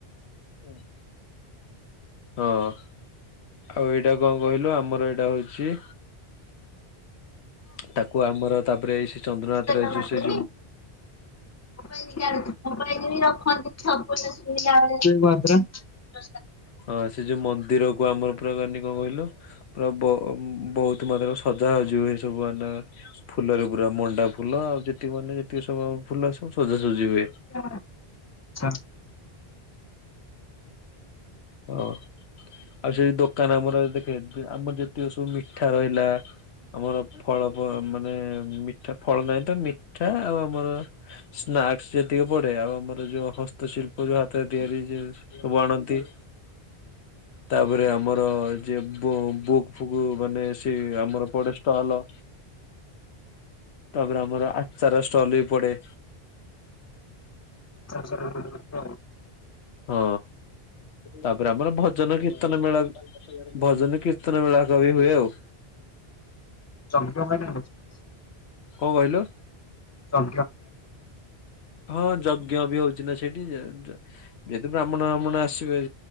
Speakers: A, on the left; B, on the left.
A: ହୁଁ ହଁ ଆଉ ଏଇଟା କଣ କହିଲୁ ଆମର ଏଇଟା ହଉଛି ତାକୁ ଆମର ତାପରେ ଏଇ ସେ ଚନ୍ଦ୍ରନାଥରେ
B: ବଲା
A: ଯୋଉ
B: ମାାତ
A: ସେ ଯୋଉ
B: <inaudible> ଦ
A: ହଁ ସେ ଯୋଉ ମନ୍ଦିର କୁ ଆମର ପୁରା କାନି କଣ କହିଲ ପୁରା ବ ବହୁତ ମାତ୍ରାରେ ସଜା <unintelligible> ଏ ସବୁ ମାନେ ଫୁଲରେ ପୁରା ମଣ୍ଡା ଫୁଲ ଆଉ ଯେତିକି ମାନେ ଯେତିକି ସବୁ ଫୁଲ ସବୁ ସଜାସଜି ହୁଏ।
B: ଆଛା
A: ହଁ ଆଉ ସେ ଦୋକାନ ଆମର ଦେଖେ ଆମର ଯେତିକି ସବୁ ମିଠା ରହିଲା ଆମର ଫଳ ମାନେ ମିଠା ଫଳ ନାହିଁ ତ ମିଠା ଆଉ ଆମର ସ୍ନାକ୍ସ ଯେତିକି ପଡେ ଆଉ ଆମର ଯୋଉ ହସ୍ତଶିଳ୍ପ ଯୋଉ ହାତରେ ତିଆରି ଯେ ସବୁ ଆଣନ୍ତି। ତାପରେ ଆମର ଯିଏ ବୁକ୍ ଫୁକ୍ ମାନେ ସେ ଆମର ପଡ଼େ ଷ୍ଟଲ ତାପରେ ଆମର ଆଚାର ଷ୍ଟଲ ବି ପଡେ।
B: <inaudible> ହଁ
A: ହଁ ତାପରେ ଆମର ଭଜନ କୀର୍ତ୍ତନ ମେଳ ଭଜନ କୀର୍ତ୍ତନ ମେଳା ହେକା ବି ହୁଏ ଆଉ।
B: ଚ <unintelligible>
A: କଣ କହିଲୁ?
B: ଚ <unintelligible>
A: ହଁ ଯଜ୍ଞ ବି ହଉଛି ନା ସେଇଠି। ଯଦି ବ୍ରାହ୍ମଣ ବାହ୍ମଣ ଆସିବେ